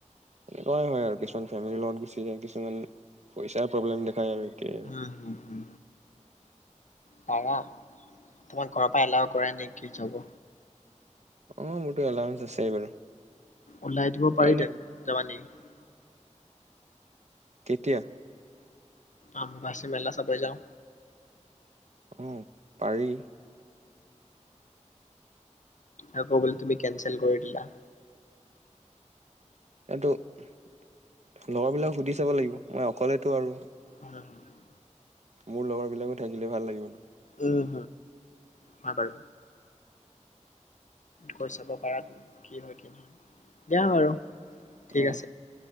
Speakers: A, on the right; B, on the left.
A: তেনেকুৱাই হয় আৰু কিছুমান ফেমিলিৰ লগত গুচি যায় কিছুমান পইচাৰ প্ৰব্লেম দেখায় আৰু। এতিয়াই আৰু।
B: উম উম উম পাব তোমাক ঘৰৰ পৰা এলাওঁ কৰে নেকি যাব
A: অঁ মোৰতো এলাওঁ আছে বাৰু
B: ওলাই দিব পাৰিহেতেন
A: এনে
B: যাবা নেকি
A: কেতিয়া?
B: আববাছি মেলা চাব যাওঁ।
A: অঁ পাৰি
B: আকৌ বোলে তুমি কেনচেল কৰি দিলা
A: এইটো লগৰ বিলাকক সুধি চাব লাগিব মই অকলেতো আৰু
B: উম হুম হুম।
A: মোৰ লগৰ বিলাকো থাকিলে ভাল লাগিবটো।
B: উম হয় বাৰু কৈ চাব পাৰা কি হয় কি নহয় দিয়া বাৰু ঠিক
A: অঁঃ